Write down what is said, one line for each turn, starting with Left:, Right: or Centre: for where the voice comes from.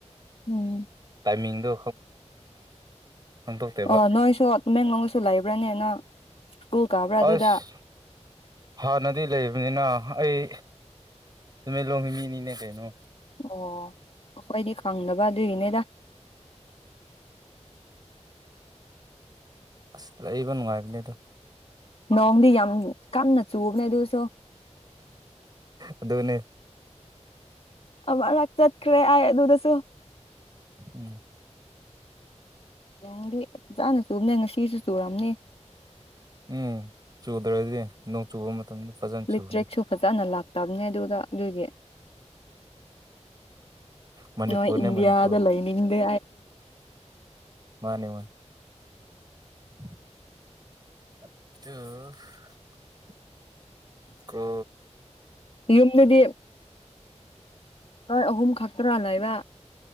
Left: ꯎꯝ
Right: ꯇꯥꯏꯃꯤꯡꯗꯣ ꯈꯪꯗꯣꯛꯇꯦꯕ
Left: ꯑꯣ ꯅꯣꯏꯁꯨ ꯇꯃꯦꯡꯂꯣꯡꯗꯁꯨ ꯂꯩꯕ꯭ꯔꯥꯅꯦꯅ ꯁ꯭ꯀꯨꯜ ꯀꯥꯕ꯭ꯔꯥ ꯑꯗꯨꯗ
Right: ꯑꯁ ꯍꯥꯟꯅꯗꯤ ꯂꯩꯕꯅꯤꯅ ꯑꯩ ꯇꯃꯦꯡꯂꯣꯡꯒꯤ ꯃꯤꯅꯤꯅꯦ ꯀꯩꯅꯣ
Left: ꯑꯣ ꯑꯩꯈꯣꯏꯗꯤ ꯈꯪꯗꯕ ꯑꯗꯨꯒꯤꯅꯦꯗ
Right: ꯑꯁ ꯂꯩꯥꯏꯕ ꯅꯨꯡꯉꯥꯏꯕꯅꯦꯗꯣ
Left: ꯅꯣꯡꯗꯤ ꯌꯥꯝ ꯀꯟꯅ ꯆꯨꯕꯅꯦ ꯑꯗꯨꯁꯨ
Right: ꯑꯗꯨꯗꯅꯦ
Left: ꯑꯃ ꯔꯛ ꯆꯠꯈ꯭ꯔꯦ ꯑꯩ ꯑꯗꯨꯗꯁꯨ
Right: ꯎꯝ
Left: ꯅꯣꯡꯗꯤ ꯐꯖꯥꯅ ꯆꯨꯝꯕꯅꯦ ꯉꯁꯤꯁꯨ ꯆꯨꯔꯝꯅꯤ
Right: ꯎꯝ ꯆꯨꯗ꯭ꯔꯗꯤ ꯏ ꯆꯨꯕ ꯃꯇꯝꯗ ꯐꯖꯅ
Left: ꯏꯂꯤꯇ꯭ꯔꯤꯛꯁꯨ
Right: ꯆꯨꯕꯅꯤ
Left: ꯐꯖꯅ ꯂꯥꯛꯇꯕꯅꯦ ꯑꯗꯨꯗ ꯑꯗꯨꯒꯤ
Right: ꯃꯅꯤꯄꯨꯔꯅꯦ
Left: ꯅꯣꯏ ꯏꯟꯗꯤꯌꯥꯗ
Right: ꯃꯅꯤꯄꯨꯔ
Left: ꯂꯥꯏꯅꯤꯡꯗꯦ
Right: ꯃꯥꯅꯦ ꯃꯥꯅꯦ ꯑꯗꯨ ꯀ
Left: ꯌꯨꯝꯗꯗꯤ ꯅꯣꯏ ꯑꯍꯨꯝ ꯈꯛꯇ꯭ꯔꯥ ꯂꯩꯏꯕ